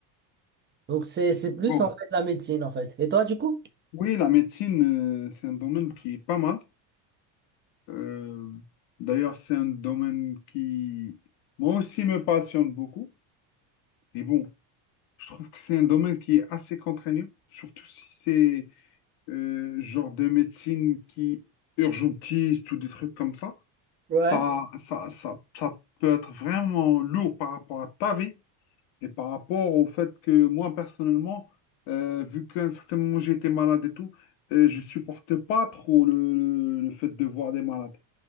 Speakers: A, on the right (about 25°); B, on the left (about 70°).
A: Donc c'est, c'est plus
B: Bon.
A: en fait la médecine en fait. Et toi du coup?
B: Oui, la médecine, euh, c'est un domaine qui est pas mal. Euh, d'ailleurs, c'est un domaine qui, moi aussi, me passionne beaucoup. Et bon, je trouve que c'est un domaine qui est assez contraignant, surtout si c'est euh, genre de médecine qui urgentiste ou des trucs comme ça,
A: Ouais.
B: ça, ça, ça, ça peut être vraiment lourd par rapport à ta vie et par rapport au fait que moi, personnellement, euh, vu qu'à un certain moment j'étais malade et tout, euh, je supportais pas trop le, le fait de voir des malades.